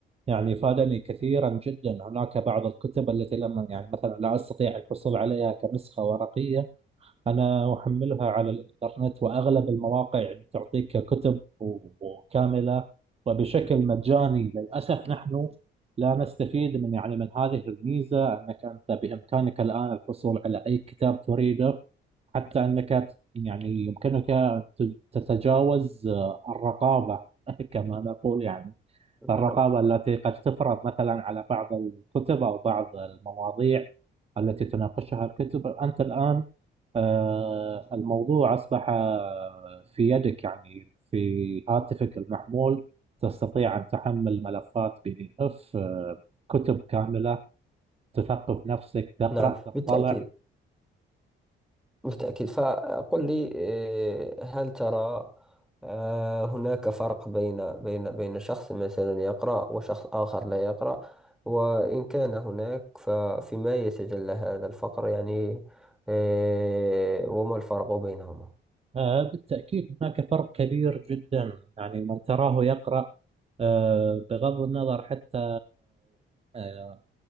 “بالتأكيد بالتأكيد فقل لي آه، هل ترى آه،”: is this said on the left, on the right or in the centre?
Centre